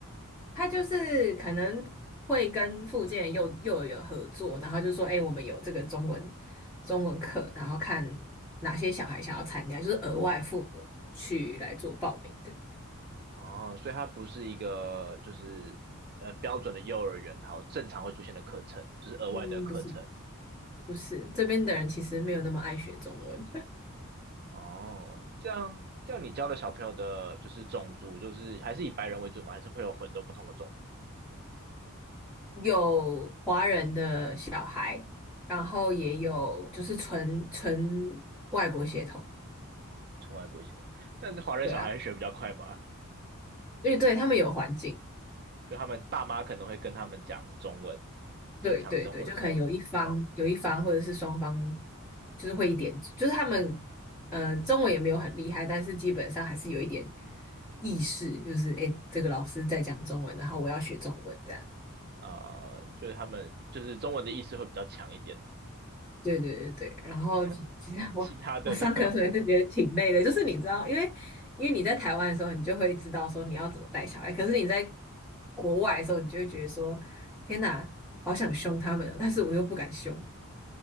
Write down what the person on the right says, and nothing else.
哦，所以它不是一个就是呃标准的幼儿园，好正常会出现的课程，就是额外的课程。
哦，这样这样，你教的小朋友的就是种族，就是还是以白人为主吗？还是会有很多不同的种族？
嗯，从外国一起懂，但是华人小孩学比较快吗？
就他们爸妈可能会跟他们讲中文，平常生活的时候，
啊、就是他们就是中文的意识会比较强一点。
<laughs> 其他的呢，<laughs>